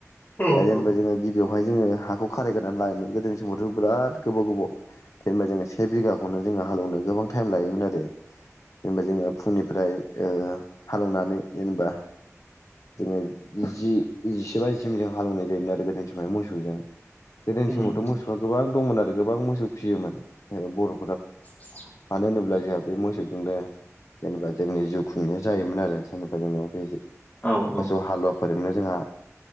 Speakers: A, on the left; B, on the left.
A: औ
B: दा जेनेबा
A: औ
B: जोङो गिबियाव हाय जोङो हाखौ खारायग्रोननानै लायोमोन। गोदोनि समावथ' बिराद गोबाव गोबाव जेनेबा जों से बिघाखौनो जों जोंहा हालौवनो गोबां टाइम लायोमोन आरो। जेनेबा जोङो फुंनिफ्राय ओ हालेवनानै जेनेबा जोङो जि जिसे बाजिसिम जों हालौवनाय जायोमोन आरो गोदोनि स माव मोसौजों गोदोनि
A: उम
B: समावथ'
A: उम
B: मोसौआ गोबां दंमोन आरो गोबां मोसौ फिसियोमोन बर'
A: <inaudible>
B: होनोब्ला जोंहा बे मोसौजोंनो जेनेबा जोंनि जिउ खुंनाया जायोमोन आरो जेनेबा जोङो बे
A: औ औ
B: मोसौ हालुवा फोरजोंनो जोंहा